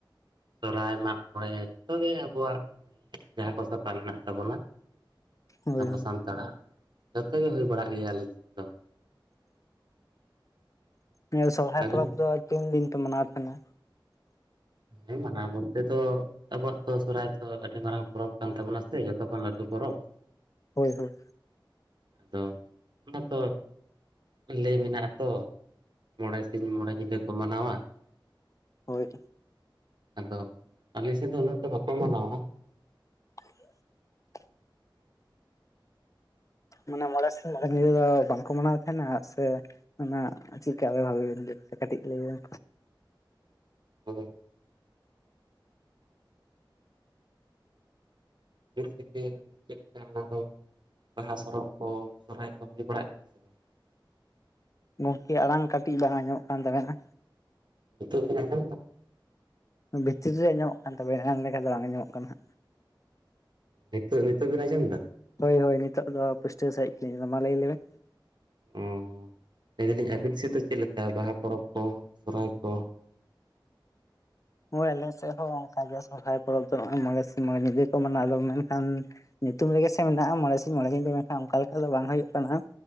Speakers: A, on the right; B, on the left.
A: ᱥᱚᱦᱨᱟᱭ ᱢᱟᱜ ᱢᱚᱬᱮ ᱡᱚᱛᱚᱜᱮ ᱟᱵᱚᱣᱟᱜ ᱡᱟᱦᱟᱸ ᱠᱚ ᱥᱟᱯᱟᱵ ᱢᱮᱱᱟᱜ ᱛᱟᱵᱚᱱᱟ
B: ᱦᱳᱭ
A: ᱟᱵᱚ ᱥᱟᱱᱛᱟᱲᱟᱜ ᱡᱚᱛᱚ ᱜᱮ ᱦᱩᱭ ᱵᱟᱲᱟᱜ ᱜᱮᱭᱟ ᱟᱞᱮ ᱥᱮᱫ ᱫᱚ
B: ᱤᱭᱟᱹ ᱥᱚᱦᱨᱟᱭ
A: ᱟᱹᱵᱤᱱ
B: ᱯᱚᱨᱚᱵᱽ ᱫᱚ ᱛᱤᱱ ᱫᱤᱱ ᱯᱮ ᱢᱟᱱᱟᱣ ᱛᱟᱦᱮᱸᱱᱟ?
A: ᱦᱮᱸ ᱢᱟᱱᱟᱣ ᱜᱚᱢᱠᱮ ᱟᱵᱚᱣᱟᱜ ᱛᱚ ᱥᱚᱦᱨᱟᱭ ᱫᱚ ᱟᱹᱰᱤ ᱢᱟᱨᱟᱝ ᱯᱚᱨᱚᱵᱽ ᱠᱟᱱ ᱛᱟᱵᱚᱱᱟ ᱥᱮ ᱡᱚᱛᱚ ᱠᱷᱚᱱ ᱞᱟᱹᱴᱩ ᱯᱚᱨᱚᱵᱽ
B: ᱦᱳᱭ ᱦᱳᱭ
A: ᱟᱫᱚ ᱚᱱᱟ ᱛᱚ ᱞᱟᱹᱭ ᱢᱮᱱᱟᱜᱼᱟ, ᱟᱛᱚ᱾ ᱢᱚᱬᱮ ᱥᱤᱧ-ᱢᱚᱬᱮ ᱧᱤᱫᱟᱹ ᱠᱚ ᱢᱟᱱᱟᱣᱟ᱾
B: ᱦᱳᱭ
A: ᱟᱫᱚ ᱟᱞᱮ ᱥᱮᱫ ᱫᱚ ᱩᱱᱟᱹᱜ ᱫᱚ ᱵᱟᱠᱚ ᱢᱟᱱᱟᱣᱟ᱾
B: <inaudible> ᱢᱟᱱᱮ ᱢᱚᱬᱮ ᱥᱤᱧ ᱧᱤᱫᱟᱹ ᱫᱚ ᱵᱟᱝᱠᱚ ᱢᱟᱱᱟᱣ ᱛᱟᱦᱮᱸᱱᱟ ᱥᱮ ᱚᱱᱟ ᱪᱮᱫ ᱵᱷᱟᱜᱮ ᱠᱟᱹᱴᱤᱡ ᱞᱟᱹᱭ ᱵᱮᱱ?
A: ᱦᱚ ᱠᱷᱤᱛᱤᱨ ᱪᱮᱫ ᱞᱮᱠᱟ ᱚᱱᱟ ᱫᱚ ᱵᱟᱦᱟ- ᱥᱚᱨᱚᱵ ᱥᱚᱨᱦᱟᱭ ᱠᱚ ᱦᱩᱭ ᱵᱟᱲᱟᱜ ᱜᱮᱭᱟ ᱥᱮ ᱵᱟᱝ
B: ᱜᱚᱝᱠᱮ ᱟᱲᱟᱝ ᱠᱟᱹᱴᱤᱡ ᱵᱟᱝ ᱟᱸᱡᱚᱢᱚᱜ ᱠᱟᱱ ᱛᱟᱵᱮᱱᱟ᱾
A: ᱱᱤᱛᱚᱜ ᱵᱮᱱ ᱟᱸᱡᱚᱢ ᱮᱫᱟ?
B: ᱵᱷᱤᱛᱨᱤ ᱨᱮ ᱧᱟᱢᱚᱜ ᱠᱟᱱ ᱛᱟᱵᱮᱱᱟ ᱮᱱᱟᱝ ᱞᱮᱠᱟ ᱫᱚ ᱵᱟᱝ ᱧᱟᱢᱚᱜ ᱠᱟᱱᱟ ᱦᱟᱸᱜ
A: ᱱᱤᱛᱚᱜ ᱱᱤᱛᱚᱜ ᱵᱮᱤᱱ ᱟᱸᱡᱚᱢ ᱮᱫᱟ?
B: ᱦᱳᱭ ᱦᱳᱭ ᱱᱤᱛᱚᱜ ᱫᱚ ᱯᱩᱥᱴᱟᱹᱣ ᱥᱟᱺᱦᱤᱡ ᱜᱮᱞᱤᱧ ᱟᱸᱡᱚᱢ ᱮᱫᱟ ᱢᱟ᱾ ᱞᱟᱹᱭ ᱞᱮᱵᱮᱱ
A: ᱚ ᱞᱟᱹᱭ ᱫᱟᱞᱤᱧ ᱟᱹᱵᱤᱱ ᱥᱮᱫ ᱫᱚ ᱪᱮᱫ ᱞᱮᱠᱟ ᱵᱟᱦᱟ ᱯᱚᱨᱚᱵᱽ ᱠᱚ ᱥᱚᱦᱚᱨᱟᱭ ᱠᱚ
B: ᱦᱳ ᱟᱞᱮ ᱥᱮᱫ ᱦᱚᱸ ᱚᱱᱠᱟᱜ ᱥᱚᱨᱦᱟᱭ ᱯᱚᱨᱚᱵᱽ ᱫᱚ ᱱᱚᱜᱚᱭ ᱢᱚᱬᱮ ᱢᱬᱮ ᱧᱤᱫᱟᱹ ᱠᱚ ᱢᱟᱱᱟᱣ ᱟ ᱢᱮᱱᱠᱷᱟᱱ ᱧᱩᱛᱩᱢ ᱨᱮᱜᱮ ᱥᱮ ᱢᱮᱱᱟᱜᱼᱟ, ᱢᱚᱬᱮ ᱥᱤᱧ ᱢᱚᱬᱮ ᱫᱤᱱ ᱫᱚᱠᱷᱟᱱ ᱚᱱᱠᱟ ᱞᱮᱠᱟ ᱫᱚ ᱵᱟᱝ ᱦᱩᱭᱩᱜ ᱠᱟᱱᱟ᱾